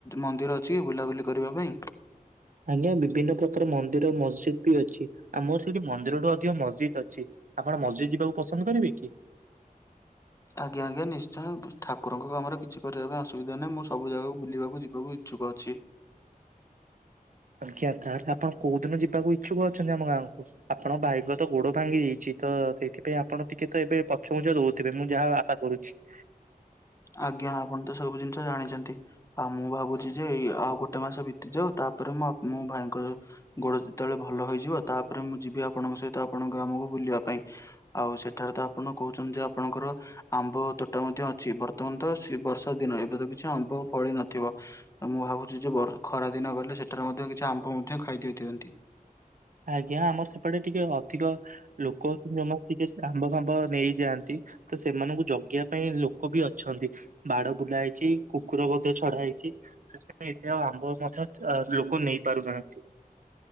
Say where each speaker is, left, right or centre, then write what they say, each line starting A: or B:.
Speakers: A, on the left; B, on the right.
A: ମନ୍ଦିର ଅଛିକି ବୁଲାବୁଲି କରିବା ପାଇଁ?
B: ଆଜ୍ଞା ବିଭିନ୍ନ ପ୍ରକାର ମନ୍ଦିର ମସଜିଦ୍ ବି ଅଛି। ଆମର ସେଇଠି ମନ୍ଦିର ଠୁ ଅଧିକ ମସ୍ଜିଦ୍ ଅଛି। ଆପଣ ମସ୍ଜିଦ୍ ଯିବାକୁ ପସନ୍ଦ କରିବେ କି?
A: ଆଜ୍ଞା ଆଜ୍ଞା ନିଶ୍ଚୟ। ଠାକୁରଙ୍କ କାମରେ କିଛି କରିବା ପାଇଁ ଅସୁବିଧା ନାହିଁ, ମୁଁ ସବୁ ଜାଗାକୁ ବୁଲିବାକୁ ଯିବାକୁ ଇଚ୍ଛୁକ ଅଛି।
B: ଆଜ୍ଞା, ତାହେଲେ ଆପଣ କୋଉ ଦିନ ଯିବାକୁ ଇଚ୍ଛୁକ ଅଛନ୍ତି ଆମ ଗାଁକୁ? ଆପଣ ଭାଇଙ୍କ ତ ଗୋଡ ଭାଙ୍ଗି ଯାଇଛି, ତ ସେଇଥିପାଇଁ ଆପଣ ଟିକେ ତ ଏବେ ପଛଘୁଞ୍ଚା ଦଉଥିବେ। ମୁଁ ଯାହା ଆଶା କରୁଛି। <inaudible>
A: ଆଜ୍ଞା, ଆପଣ ତ ସବୁ ଜିନିଷ ଜାଣିଛନ୍ତି। ଆଉ ମୁଁ ଭାବୁଛି ଯେ ଏଇ ଆଉ ଗୋଟେ ଗୋଟେ ମାସ ବିତିଯାଉ, ତାପରେ ମୋ ଆପ-ଭାଇଙ୍କର ଗୋଡ଼ ଯେତେବେଳେ ଭଲ ହୋଇଇଯିବ, ତାପରେ ମୁଁ ଯିବି ଆପଣଙ୍କ ସହିତ ଆପଣଙ୍କ ଗ୍ରାମକୁ ବୁଲିବା ପାଇଁ। ଆଉ ସେଠାରେ ତ ଆପଣ କହୁଛନ୍ତି ଯେ, ଆପଣଙ୍କର ଆମ୍ବ ତୋଟା ମଧ୍ୟ ଅଛି। ବତ ତମାନ ତ ଶି-ବର୍ଷା ଦିନ। ଏବେ ତ କିଛି ଆମ୍ବ ଫଳି ନଥିବ। ମୁଁ ଭାବୁଛି ଯେ ବ-ଖରା ଦିନ ଗଲେ, ସେଠାରେ ମଧ୍ୟ କିଛି ଆମ୍ବ ମଧ୍ୟ ଖାଇ ଦେଇଥାଆନ୍ତି।
B: ଆଜ୍ଞା ଆମର ସେପଟେ ଟିକେ ଅଧିକ ଲୋକ ଅଛନ୍ତି, ଯୋଉମାନେ ଟିକେ ଆମ୍ବ ଫାମ୍ବ ନେଇଯାଆନ୍ତି। ତ ସେମାନଙ୍କୁ ଜଗିବା ପାଇଁ ଲୋକ ବି ଅଛନ୍ତି। ବାଡ ବୁଲା ହେଇଛି, କୁକୁର ମଧ୍ୟ ଛଡା ହେଇଛି। ସେଥିପାଇଁ ଏତ ଆଉ ଆମ୍ବ ମଧ୍ୟ ଲୋକ ନେଇ ପାରୁନାହାନ୍ତି।